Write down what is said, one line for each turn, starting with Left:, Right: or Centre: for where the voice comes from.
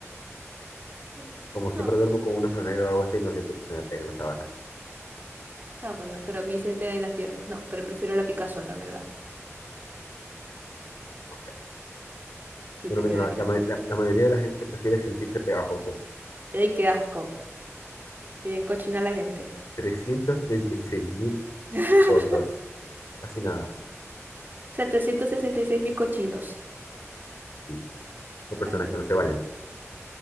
Right: Mm.
Left: Como siempre
Right: No.
Left: duermo con una franela o algo así, no siento que se me peguen las sábanas.
Right: Ah, bueno, pero a mí se me pegan en las piernas. No, pero prefiero la picazón, la verdad.
Left: Vamos a
Right: Sí,
Left: Bueno,
Right: prefiero
Left: mira, la,
Right: la picazón.
Left: la ma- la- la mayoría de la gente prefiere sentirse pegajoso.
Right: ¡Ay, qué asco! Y bien cochina la gente.
Left: trescientos treinta y seis mil
Right: <laughs>
Left: fotos, casi nada,
Right: O sea, 366 mil cochinos.
Left: sí. O personas
Right: A ver.
Left: que no se bañan.